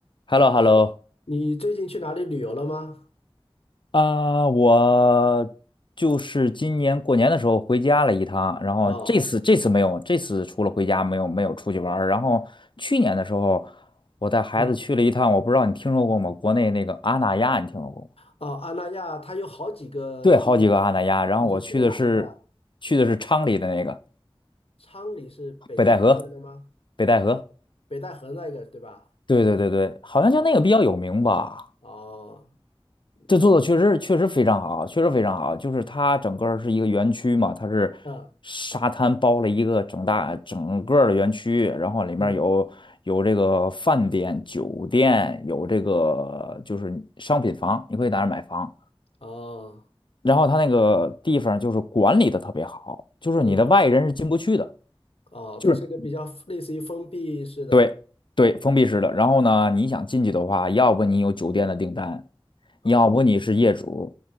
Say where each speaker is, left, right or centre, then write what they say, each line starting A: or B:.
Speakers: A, on the left; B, on the left.
A: h e l
B: 哎，
A: l o h e l l o
B: 你最近去哪里旅游了吗？
A: 啊，我就是今年过年的时候回家了一趟，然后这次这次没有，
B: 哦，
A: 这次除了回家没有没有出去玩儿。然后去年的时候，我带孩子去了一趟，
B: 嗯，
A: 我不知道你听说过吗？国内那个阿那亚，你听说过吗？
B: 哦，阿那亚它有好几个地方，
A: 对，好几个阿那亚。然后我去的是去的是昌黎的那个
B: 你是去的哪一个啊昌黎是北京那边的吗？
A: 北戴河，北戴河。
B: 北戴河那个对吧？
A: 对对对对，好像就那个比较有名吧。
B: 哦，哦，
A: 这做的确实确实非常好，
B: 呃，
A: 确实非常好。就是它整个儿是一个园区嘛，它是沙滩包了一个整大整个儿的园区，
B: 啊，
A: 然后里面有有这个饭店、
B: 嗯，
A: 酒店，有这个就是商品房，你可以在那儿买房。
B: 哦，
A: 然后它那个地方就是管理的特别好，就是你的外人是进不去的。
B: 嗯，哦，
A: 就是。
B: 它是一个比较类似于封闭式的
A: 对对，封闭式的。然后呢，你想进去的话，要不你有酒店的订单，
B: 啊，
A: 要不你是业主，